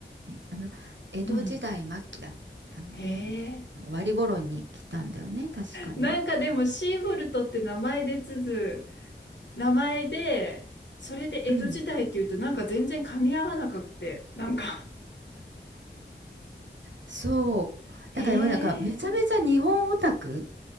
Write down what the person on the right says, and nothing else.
ね、あの、江戸時代末期だ、
あのー、
終わり頃に来たんだよね、確かね。
うん。
そう。
だから、なんか、めちゃめちゃ日本オタク